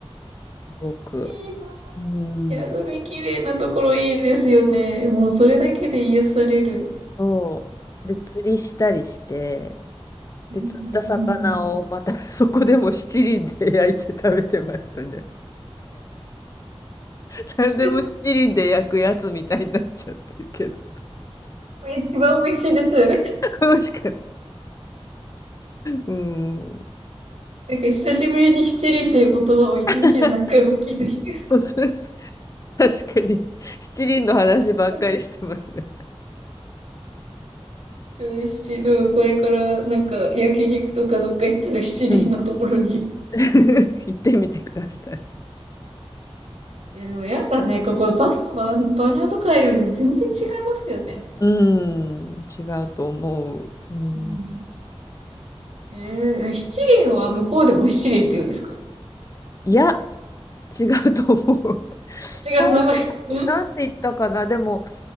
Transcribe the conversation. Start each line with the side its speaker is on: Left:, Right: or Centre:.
Left: すごく。
Right: いいなあいや、
Left: うん、
Right: 海綺麗なところいいですよね。もうそれだけで癒される。
Left: そう。
Right: うん、
Left: で、釣りしたりして、
Right: うん、
Left: で、釣った魚をまた
Right: うん、うん。
Left: <laughs> そこでも七輪で焼いて食べてましたね。<laughs> 何でも七輪で焼くやつみたいになっちゃってるけど。
Right: <laughs> 一番美味しいですよね。
Left: <laughs> 美味しかった。うん。
Right: なんか久しぶりに七輪っていう言葉を一日に何回も聞いてきまし
Left: <laughs> そうそうそう確かに、七輪の話ばっかりしてますね。
Right: たちょう七輪、これからなんか焼肉とかどっか行ったら七輪のところに。
Left: うん。<laughs> 行ってみてください。
Right: いや、でもやっぱね、ここバスのバ、バナーとかよりも全然違いますよね。
Left: うん、違うと思う。うん、
Right: うんえー、え七輪は向こうでも七輪って言うんですか違
Left: いや、違うと思う。<laughs>
Right: うちが名前。うん
Left: なんて言ったかな、でも、